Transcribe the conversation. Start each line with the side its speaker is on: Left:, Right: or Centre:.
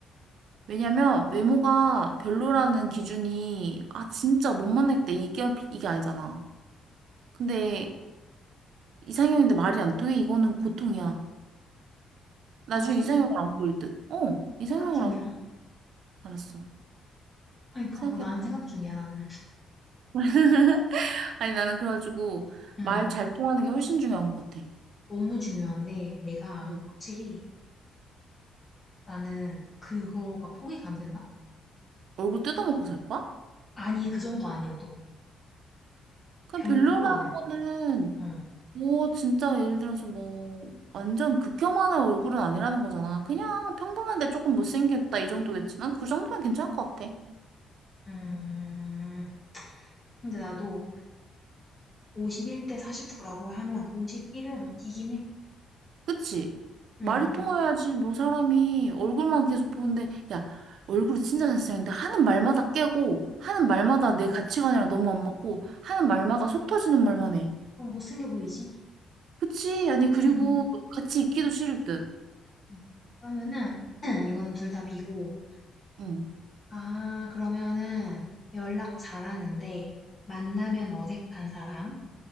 Right: 왜냐면 외모가 별로라는 기준이 아 진짜 못 만나겠다 이게 이게 아니잖아. 근데 이상형인데 말이 안 통해 이거는 고통이야. 나중에
Left: 나 생,
Right: 이상형을 안 보일 듯. 어, 이상형을
Left: 생각 중이야.
Right: 안 보일 듯. 알았어.
Left: 아니, 그러니까,
Right: 생각해봐.
Left: 어, 난 생각 중이야, 나는.
Right: <laughs> 아니 나는 그래가지고
Left: 음,
Right: 말 잘 통하는 게 훨씬 중요한 것 같아.
Left: 너무 중요한데, 내가
Right: 응.
Left: 확실히, 나는 그거가 포기가 안 된다?
Right: 얼굴 뜯어먹고 살 거야?
Left: 아니, 그 정도 아니어도.
Right: 그냥
Left: 별로라면.
Right: 별로라고는
Left: 응.
Right: 뭐 진짜 예를 들어서 뭐 완전 극혐하는 얼굴은 아니라는 거잖아. 그냥 평범한데 조금 못생겼다 이 정도겠지. 난 그 정도면 괜찮을 것 같아.
Left: 음, 근데 나도 51대 49라고 하면 51은
Right: 음.
Left: 이긴 해.
Right: 그치?
Left: 음,
Right: 말이 통해야지 뭐 사람이 얼굴만 계속 보는데 야 얼굴이 진짜 잘생겼는데 하는 말마다 깨고 하는 말마다 내 가치관이랑 너무 안 맞고 하는 말마다 속 터지는 말만 해.
Left: 그럼 못생겨 보이지?
Right: 그치? 아니 그리고
Left: 음,
Right: 같이 있기도 싫을 듯.
Left: 그러니까. 그러면은, <clears throat> 이거는 둘 다 비고.
Right: 응.
Left: 아, 그러면은, 연락 잘하는데, 만나면 어색한 사람?